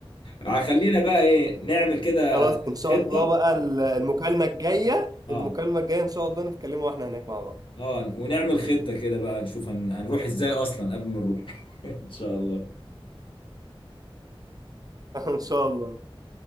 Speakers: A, on the left (about 65°); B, on the right (about 40°).
A: آه، خلينا بقى ايه نعمل كده
B: خلاص ان شاء
A: خطه
B: الله بقى ال- المكالمه الجايه
A: اه
B: المكالمه الجايه ان شاء الله نتكلموا واحنا هناك مع بعض
A: اه ونعمل خطه كده بقى نشوف هن... هنروح ازاي اصلا قبل ما نروح <laughs> ان شاء الله
B: <laughs> ان شاء الله